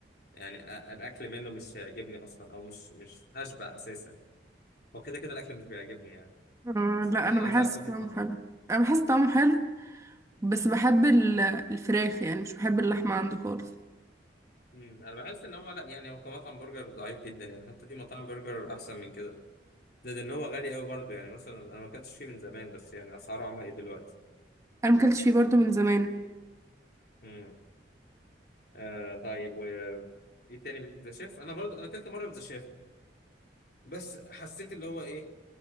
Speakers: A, on the left; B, on the right.
A: يعني أ- الاكل منه مش هيعجبني اصلا او مش مش هشبع اساسا هو كده كده الاكل مش بيعجبني يعني
B: أم،
A: بس
B: لا
A: إيه،
B: انا
A: عايز
B: بحس
A: اعرف وجهة
B: طعمه
A: نظرك
B: حلو انا بحس طعمه حلو بس بحب ال- الفراخ يعني مش بحب اللحمه عنده خالص
A: مم. انا بحس ان هو لا يعني هو كمطعم برجر ضعيف جدا يعني حتى في مطاعم برجر احسن من كده زائد ان هو غالي قوي برضه يعني مثلا انا ما اكلتش فيه من زمان بس يعني اسعاره عامله ايه دلوقتي
B: انا مكلتش فيه برضو من زمان
A: امم آه طيب و ايه تاني ذا شيف انا برضه انا اكلت مره ذا شيف بس حسيت اللي هو ايه